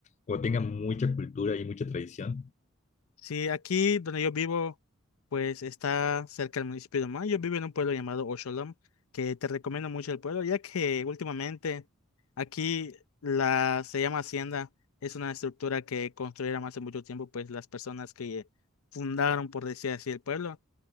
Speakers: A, on the left (about 35°); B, on the left (about 80°).
A: o tengan mucha cultura y mucha tradición?
B: Sí, aquí donde yo vivo, pues está cerca del municipio de Omán. Yo vivo en un pueblo llamado Osholam, que te recomiendo mucho el pueblo, ya que últimamente aquí la se llama Hacienda, es una estructura que construyeron hace mucho tiempo, pues las personas que fundaron, por decir así, el pueblo,